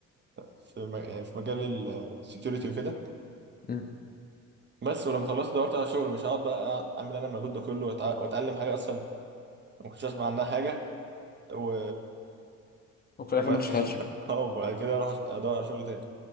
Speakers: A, on the right; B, on the left.
A: في م- يعني في مجال السكيورتي وكده
B: مم.
A: بس ولما خلصت دورت على شغل مش هقعد بقى أقعد اعمل انا المجهود ده كله وأتع- واتعلم حاجه اصلا ما كنتش اسمع عنها حاجه و
B: وفي الاخر
A: وبعد
B: ما تشتغلش
A: كده
B: بيه
A: <laughs> اه وبعد كده اروح أش- ادور على شغل تاني